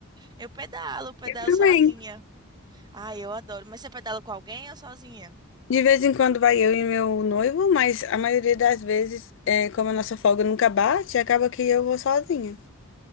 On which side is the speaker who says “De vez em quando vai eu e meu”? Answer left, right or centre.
Left